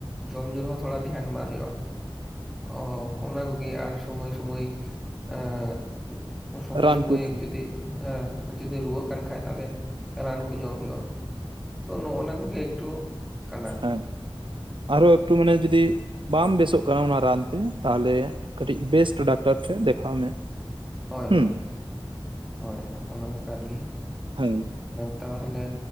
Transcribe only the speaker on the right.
<inaudible>
ᱨᱟᱱ
ᱠᱚ
ᱦᱮᱸ ᱟᱨᱚ ᱮᱠᱴᱩ ᱢᱟᱱᱮ ᱡᱩᱫᱤ ᱵᱟᱢ ᱵᱮᱥᱚᱜ ᱠᱟᱱᱟ ᱚᱱᱟ ᱨᱟᱱᱛᱮ ᱛᱟᱦᱞᱮ ᱠᱟᱹᱴᱤᱡ ᱵᱮᱥᱴ ᱰᱟᱠᱛᱟᱨ ᱴᱷᱮᱱ ᱫᱮᱠᱷᱟᱣ ᱢᱮ
ᱦᱩᱸ
ᱦᱮᱸ